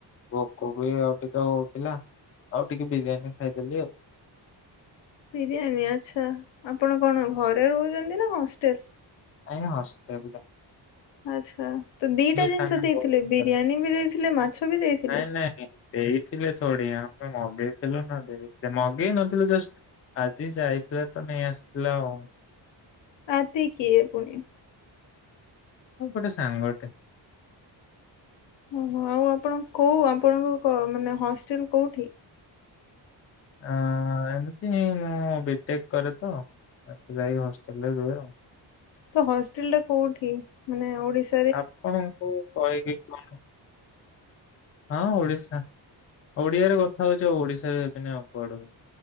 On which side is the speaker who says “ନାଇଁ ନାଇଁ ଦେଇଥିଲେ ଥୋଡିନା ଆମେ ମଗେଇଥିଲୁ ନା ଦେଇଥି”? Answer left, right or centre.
Left